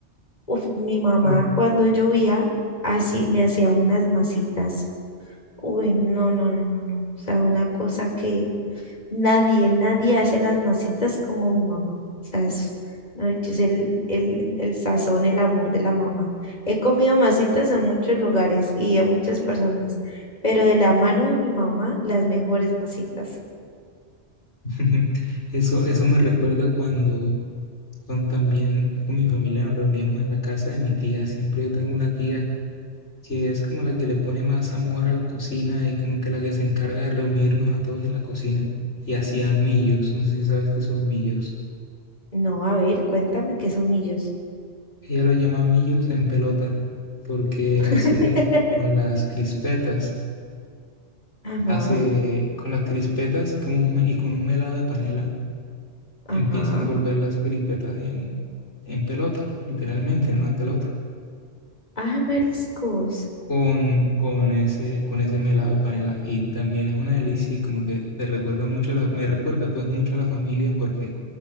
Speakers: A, on the left; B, on the left.
A: Uf, mi mamá
B: Ujú.
A: cuando llovía, así me hacía unas masitas. Uy, no, no, no, no, no. O sea, una cosa que Nadie, nadie hace las masitas como mi mamá. O sea, es, mejor dicho, es el, el, el sazón, el amor de la mamá. He comido masitas en muchos lugares y de muchas personas, pero de la mano de mi mamá, las mejores masitas.
B: <laughs> Eso, eso me recuerda cuando, cuando también con mi familia nos reuníamos en la casa de mi tía. Siempre yo tengo una tía que es como la que le pone más amor a la cocina y como que la que se encarga de reunirnos a todos en la cocina. Y hacía millos, no sé si sabes qué son millos.
A: No, a ver, cuéntame qué son millos.
B: Ella lo llama millos en pelota porque
A: <laughs>
B: hace con las crispetas,
A: Ajá,
B: hace con las crispetas y, como un me- y con un melado de panela
A: ajá.
B: empieza a envolver las crispetas en, en pelota, literalmente, en una pelota,
A: Ah, mariscos.
B: con, con ese, con ese melado de panela. Y también es una delicia y como que te recuerda mucho a la, me recuerda pues mucho a la familia porque